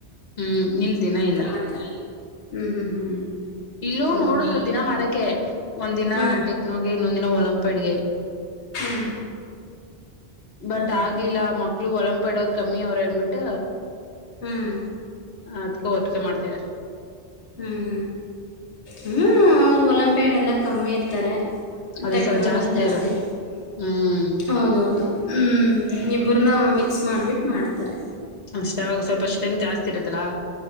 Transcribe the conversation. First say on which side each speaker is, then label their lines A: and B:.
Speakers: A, on the left (about 65°); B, on the left (about 80°).
A: ಹ್ಮ್ ನಿಮ್ಮದ ದಿನ ಇಲ್ಲ
B: ಆ ಥರ. ಹ್ಮ್ ಹ್ಮ್ ಹ್ಮ್
A: ಇಲ್ಲೂ
B: ಹೌದಾ
A: ನೋಡುದ್ರು ದಿನ ಮಾಡಕೆ ಒಂದ್ ದಿನ
B: ಹಾಂ
A: ಟೆಕ್ನೋಗೆ ಇನ್ನೊಂದ್ ದಿನ ಒಲಂಪೆಡ್ಗೆ
B: ಹ್ಮ್.
A: ಬಟ್
B: ಅದೇ
A: ಆಗ್ಲಿಲ್ಲ
B: ಅದೇ
A: ಮಕ್ಳು ಒಲಂಪೆಡೋರ್ ಕಮ್ಮಿ ಅವ್ರ ಅನ್ಬಿಟ್ಟ
B: ಹ್ಮ್
A: ಅದ್ಕೇ ಒಟ್ಟಿಗೆ ಮಾಡ್ತಿದ್ದಾರೆ
B: ಹ್ಮ್ ಹ್ಮ್ ಅವ್ರರು ಒಲಂಪ್ಯಾಡ್ ಎಲ್ಲ ಕಮ್ಮಿ ಇರ್ತಾರೆ
A: ಅದು
B: ಟೆಕ್ನ
A: ಸ
B: ಜಾಸ್ತಿ
A: ಅಲ್ಲ
B: ಇ
A: ಹ್ಮ್
B: ಹೌದೌದು ಹ್ಮ್ ಇಬರನ ಮಿಕ್ಸ್ ಮಾಡಿಬಿಟ್ಟು ಮಾಡ್ತಾರೆ
A: ಅಷ್ಟ ಅವಾಗ ಸ್ವಲ್ಪ ಸ್ಟ್ರೆಂತ್ ಜಾಸ್ತಿ ಇರುತ್ತಲ್ಲಾ